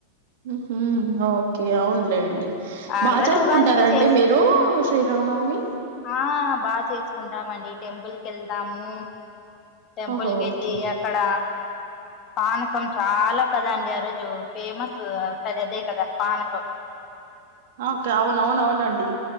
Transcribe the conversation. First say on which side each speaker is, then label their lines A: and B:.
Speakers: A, on the right (about 55°); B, on the left (about 35°).
A: ఉహ్ హుమ్ ఓకే అవునులేండి.
B: ఆల్రెడీ
A: బాగ్ జరుపుకుంటారంండి.
B: ఉగాదికి చేసి
A: మీరు శ్రీరామనవమి?
B: ఆ బాగా చేసుకుంటామండి. టెంపుల్ కేళ్తాము. టెంపుల్
A: ఓహో!
B: కేళ్ళి
A: ఓకే.
B: అక్కడ. పానకం చాలా కదండి ఆ రోజు. ఫేమసు కదదే కదా పానకం.
A: ఓక అవునవునవునండి